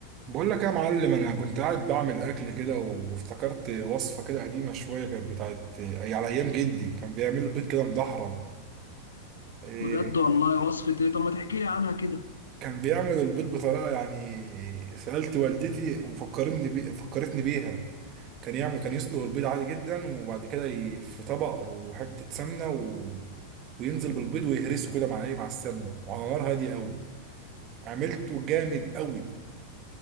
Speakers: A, on the right (about 35°); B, on the left (about 70°).
A: بقول لك يا معلم انا كنت قاعد بعمل اكل كده وافتكرت وصفه كده قديمه شويه كانت بتاعت أي على ايام جدي كان بيعمل البيض كده مدحرج إيه،
B: بجد والله وصفة ايه طب ما تحكي لي عنها كده
A: كان بيعمل البيض بطريقه يعني سالت والدتي وفكرتني بي... فكرتني بيها كان يعمل كان يسلق البيض عادي جدا وبعد كده ي... في طبق وحته سمنه و... وينزل بالبيض ويهرسه كده مع ايه مع السمنه وعلى نار هاديه قوي عملته جامد قوي